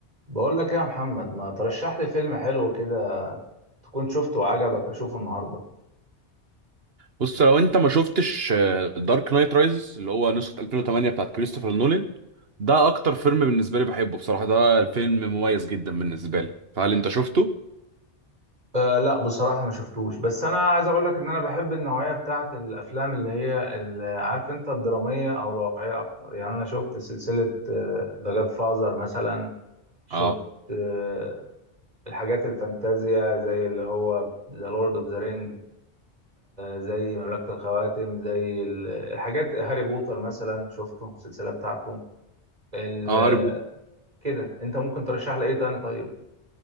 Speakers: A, on the right (about 35°); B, on the right (about 60°).
A: بقول لك ايه يا محمد ما ترشح لي فيلم حلو كده تكون شفته وعجبك اشوفه النهارده
B: بص لو انت ما شفتش دارك نايت رايزز اللي هو نسخة 2008 بتاعت كريستوفر نولان ده اكتر فيلم بالنسبة لي بحبه بصراحة ده الفيلم مميز جدا بالنسبة لي فهل انت شفته؟
A: أه لا بصراحة ما شفتوش بس انا عايز اقول لك ان انا بحب النوعية بتاعه الافلام اللي هي ال- آه، عارف انت الدرامية او الواقعية اكتر يعني انا شفت سلسلة ذا جاد فازر مثلا شفت
B: اه
A: آه، الحاجات الفانتازيا زي اللي هو ذا لورد اوف ذا رينج زي مملكة الخواتم زي ال- الحاجات هاري بوتر مثلا شفته السلسلة بتاعته ال-
B: اه هاري بوتر
A: كده انت ممكن ترشح لي ايه تاني طيب